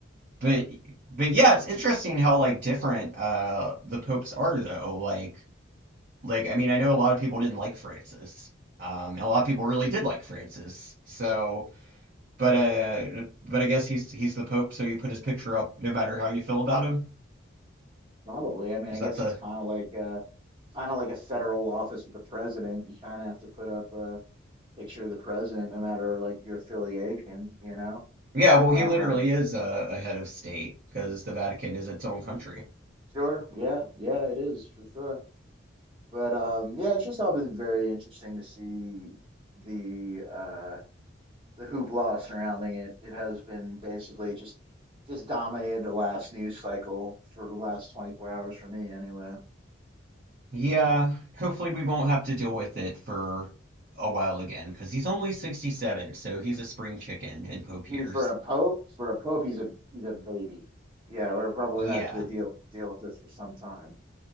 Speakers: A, on the right; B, on the right.
A: but but yeah, it's interesting how like different uh the popes are though. Like Like, I mean, I know a lot of people didn't like Francis. Um, and a lot of people really did like Francis. So, but uh, but I guess he's he's the Pope, so you put his picture up no matter how you feel about him.
B: probably I mean
A: Is
B: I guess
A: that the?
B: it's kind of like uh kind of like a federal office with the president you kind of have to put up a picture of the president, no matter like your affiliation, you know?
A: Yeah, well,
B: Um,
A: he literally is a, a head of state because the Vatican is its own country.
B: sure, yeah, yeah, it is for sure. But um, yeah, it's just all been very interesting to see the uh the hoopla surrounding it. It has been basically just just dominated the last news cycle for the last 24 hours for me anyway.
A: Yeah, hopefully we won't have to deal with it for a while again because he's only 67, so he's a spring chicken in Pope
B: He
A: years.
B: for a pope, for a pope, he's a he's a baby. Yeah, we're probably
A: Yeah.
B: not going to deal deal with this for some time.